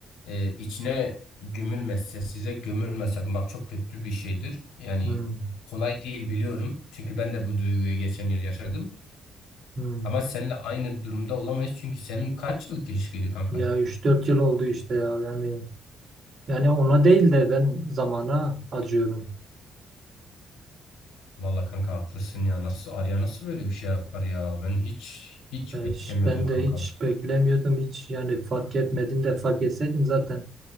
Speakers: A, on the left (about 85°); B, on the right (about 45°).
A: e, içine gömülmezse size gömülme sakın. Bak çok kötü bir şeydir. Yani
B: hmm,
A: kolay değil biliyorum. Çünkü ben de bu duyguyu geçen yıl yaşadım.
B: hmm.
A: Ama seninle aynı durumda olamayız. Çünkü senin kaç yıllık ilişkiydi kanka?
B: Ya üç dört yıl oldu işte ya yani yani ona değil de ben zamana acıyorum.
A: Valla kanka haklısın ya. Nasıl Arya nasıl böyle bir şey yapar ya? Ben hiç hiç
B: E,
A: beklemiyordum
B: hiç- Ben
A: kanka.
B: de hiç beklemiyordum hiç yani fark etmedim de fark etseydim zaten.